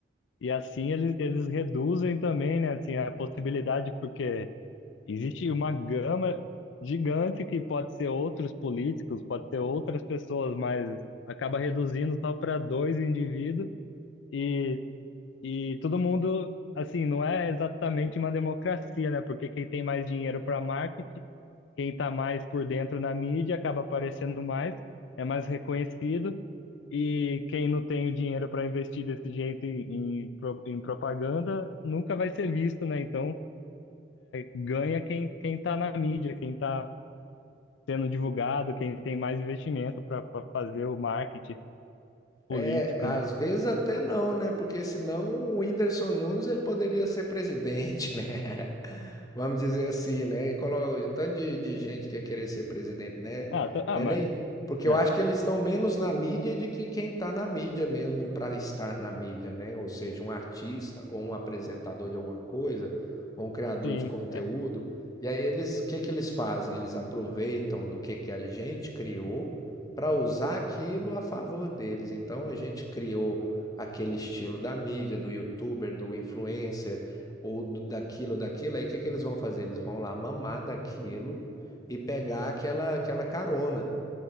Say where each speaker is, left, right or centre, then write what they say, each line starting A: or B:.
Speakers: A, on the left; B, on the left.
A: E assim eles, eles reduzem também, né, assim, a possibilidade, porque existe uma gama gigante que pode ser outros políticos, pode ser outras pessoas, mas acaba reduzindo só para dois indivíduos e, e todo mundo, assim, não é exatamente uma democracia, né? Porque quem tem mais dinheiro para marketing, quem está mais por dentro na mídia acaba aparecendo mais, é mais reconhecido e quem não tem o dinheiro para investir desse jeito em, em, pro- em propaganda nunca vai ser visto, né? Então ganha quem quem está na mídia, quem está sendo divulgado, quem tem mais investimento para fazer o marketing político,
B: É, às
A: né?
B: vezes até não, né? Porque senão o Whindersson Nunes ele poderia ser presidente, <laughs> né? vamos dizer assim, né? E coloca o tanto de, de gente que ia querer ser presidente, né?
A: Ah, tá- ah,
B: Né,
A: mas
B: nem? Porque
A: é,
B: eu acho que eles estão menos na mídia de que quem está na mídia mesmo para estar na mídia, né? Ou seja, um artista ou um apresentador de alguma coisa, ou um criador
A: sim,
B: de conteúdo.
A: é,
B: E aí eles, o que que eles fazem? Eles aproveitam do que que a gente criou para usar aquilo a favor deles. Então a gente criou aquele estilo da mídia, do youtuber, do influencer, ou do- daquilo ou daquilo, aí o que que eles vão fazer? Eles vão lá mamar daquilo e pegar aquela, aquela carona.